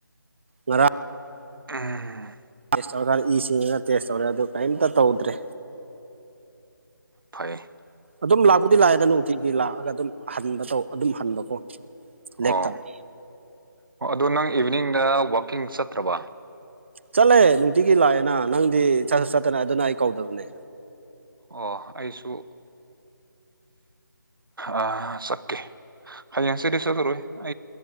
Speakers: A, on the right; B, on the right.
A: ꯉꯔꯥꯡ
B: ꯎꯝ
A: ꯇ ꯇꯧꯔ ꯈ ꯏ ꯆꯁꯤꯡꯉꯒ ꯇꯦꯁ ꯇꯧꯔꯦ ꯑꯗꯨ ꯀꯔꯤꯝꯇ ꯇꯧꯗ꯭ꯔꯦ
B: ꯐꯔꯌꯦꯦ
A: ꯑꯗꯨꯝ ꯂꯥꯛꯄꯨꯗꯤ ꯂꯥꯛꯑꯦꯗ ꯅꯨꯡꯇꯤꯒꯤ ꯂꯥꯛꯑꯒ ꯑꯗꯨꯝ ꯍꯟꯕ ꯇꯧ ꯑꯗꯨꯝ ꯍꯟꯕꯀꯣ ꯂꯦꯛꯇꯕ
B: ꯑꯣ ꯑꯣ ꯑꯗꯨ ꯅꯪ ꯏꯚꯤꯅꯤꯡꯗ ꯋꯥꯛꯀꯤꯡ ꯆꯠꯇ꯭ꯔꯕ
A: ꯆꯠꯂꯦ ꯅꯨꯡꯇꯤꯒꯤ ꯂꯥꯛꯑꯦꯅ ꯅꯪꯗꯤ ꯆꯠ ꯆꯠꯇꯅ ꯑꯗꯨꯅ ꯑꯩ ꯀꯧꯗꯕꯅꯦ
B: ꯑꯣ ꯑꯩꯁꯨ ꯑ ꯆꯀꯦ ꯍꯩ ꯑꯁꯁ ꯇꯔꯏ ꯑ